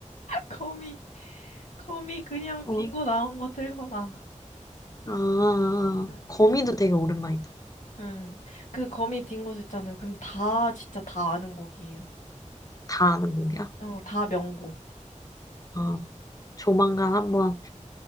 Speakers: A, on the left; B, on the left.
A: 거미, 거미 그냥
B: 거미.
A: 딩고 나온 거 틀거나.
B: 어, 아,
A: 응.
B: 거미도 되게 오랜만이다.
A: 응. 그 거미 딩고 있잖아요. 그럼 다, 진짜 다 아는 곡이에요.
B: 다 아는 곡이야.
A: 어, 다 명곡.
B: 어, 조만간 한번